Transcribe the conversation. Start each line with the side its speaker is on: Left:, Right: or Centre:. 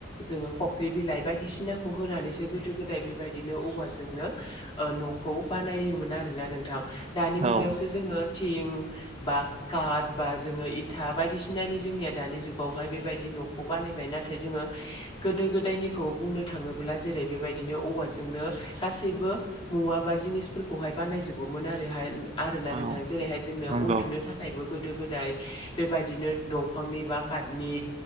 Left: जोङो फुख्रि बिलाइ बायदिसिनाखौ होनानैसो गोदो गोदाय बेबायदिनो औवाजोंनो न'खौ बानायोमोन आरोना नोंथां दानि मुगायावसो
Right: औ
Left: जोङो तिं बा काठ बा जोङो इथा बायदिसिनानि जोंनिया दानि जुगावहाय बेबायदि नुनो न'खौ बानायबाय नाथाय जोङो गोदो गोदायनिखौ बुंनो थाङोब्ला जेरै बेबायदिनो औवाजोंनो गासैबो मुवा बा जिनिस फोरखौहाय बानायजोबोमोन आरोहाय आरो ना नोंथां
Right: औ
Left: जेरैहाय जोंनो
Right: नंगौ
Left: उन्दुनो थाखायबो गोदो गोदाय बेबायदिनो दंफांनि बा कातनि